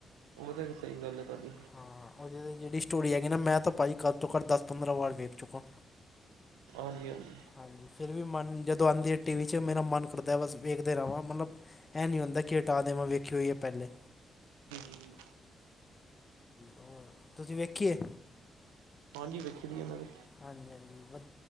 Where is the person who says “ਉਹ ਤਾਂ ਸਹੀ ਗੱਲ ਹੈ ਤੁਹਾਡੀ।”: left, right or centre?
Right